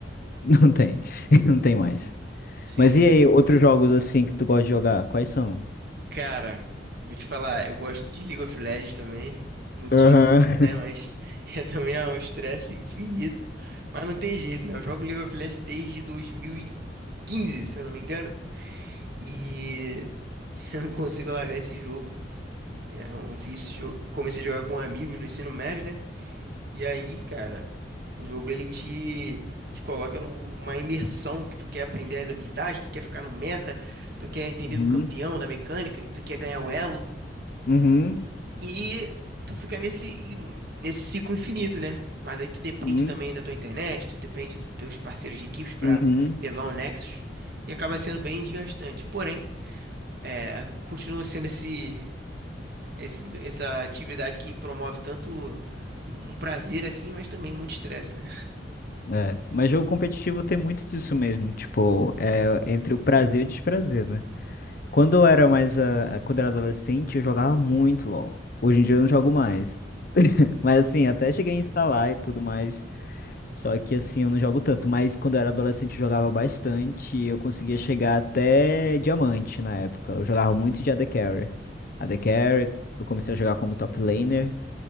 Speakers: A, on the left (about 50°); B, on the right (about 55°).
A: Não tem. <laughs> Não tem mais.
B: Sim,
A: Mas
B: sim.
A: e aí, outros jogos assim que tu gosta de jogar? Quais são?
B: Cara, vou te falar, eu gosto de League of Legends também. Muito
A: Aham.
B: suspeito, né? Mas <laughs> é também é um estresse infinito. Mas não tem jeito, né? Eu jogo League of Legends desde 2015, se eu não me engano. E <laughs> eu não consigo largar esse jogo. É um vício. jo- Comecei a jogar com amigos no ensino médio, né? E aí, cara, o jogo ele te, te coloca num- numa imersão que tu quer aprender as habilidades, tu quer ficar no meta, tu quer entender
A: Uhum.
B: do campeão, da mecânica, tu quer ganhar o elo.
A: Uhum.
B: E tu fica nesse, nesse ciclo infinito, né? Mas aí tu depende
A: Uhum.
B: também da tua internet, tu depende dos teus parceiros de equipes pra
A: Uhum.
B: levar o Nexus. E acaba sendo bem desgastante. Porém, é, continua sendo esse. esse- essa atividade que promove tanto um prazer assim, mas também muito estresse, né?
A: É. Mas jogo competitivo tem muito disso mesmo. Tipo, é entre o prazer e o desprazer, né? Quando eu era mais. ah, ah, quando eu era adolescente, eu jogava muito LOL. Hoje em dia eu não jogo mais. <laughs> Mas assim, até cheguei a instalar e tudo mais. Só que assim, eu não jogo tanto, mas quando eu era adolescente eu jogava bastante e eu conseguia chegar até diamante na época. Eu jogava muito de AD Carry. AD Carry, eu comecei a jogar como top laner.